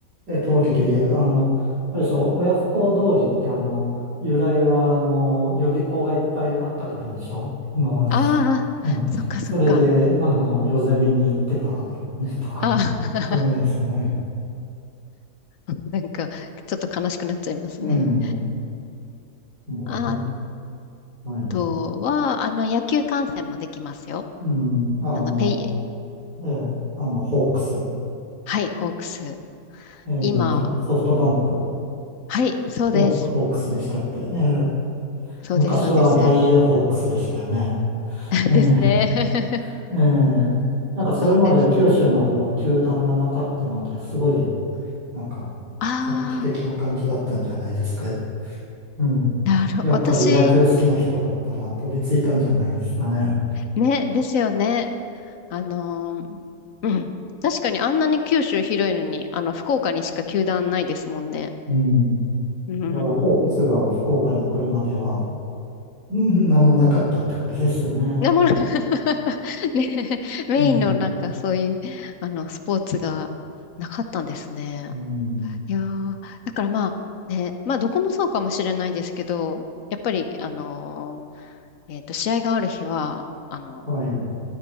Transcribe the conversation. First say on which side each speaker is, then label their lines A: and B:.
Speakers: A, on the right (about 75°); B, on the left (about 60°).
A: え、通りで言う、
B: うん、
A: あの、あれでしょ、親不孝通りってあの、由来はあの、予備校がいっぱいあったからでしょ、今まで。
B: ああ、
A: うん。
B: そっかそっか。
A: それで、あの、夜攻めに行ってた <laughs> とか、
B: ああ
A: そういうのですね。
B: <laughs> なんか、ちょっと悲しくなっちゃいますね。
A: うん。もう、
B: あ
A: もうはい。
B: とは、あの、野球観戦もできますよ。
A: うん。あ、
B: あの、
A: あの、
B: ペイ、
A: えーあの、ホークス。
B: はい、ホークス。
A: えっと、
B: 今、
A: ソフトバンク、
B: はい、そうです。
A: ホーク、ホークスでしたっけ。えー
B: そうです、
A: 昔はダイエーホークスでしたよね。
B: そうです。<laughs>
A: えー
B: ですね。<laughs>
A: ええ、なんかそれまで九州の方、
B: そうです。
A: 球団がなかったので、すごい、なんか、
B: あ
A: 画期的な感じだったんじゃないですか。やっうん。
B: あ、なるほど。
A: やっぱり野球好きな人だったら飛びついたんじゃないですかね。
B: 私、ね、ですよね。あのーうん。確かにあんなに九州広いのに、あの、福岡にしか球団ないですもんね。
A: うん。
B: うん。
A: だから、ホークスが福岡に来るまでは、うんなんもなかったってことですよね。
B: なもの、<laughs> ね、メインのなんかそういう、
A: うん。
B: あの、スポーツがなかったんですね。
A: うん。
B: いやーだからまあ、ね、まあどこもそうかもしれないですけど、やっぱり、あのーえっと、試合がある日は、あの、
A: はい。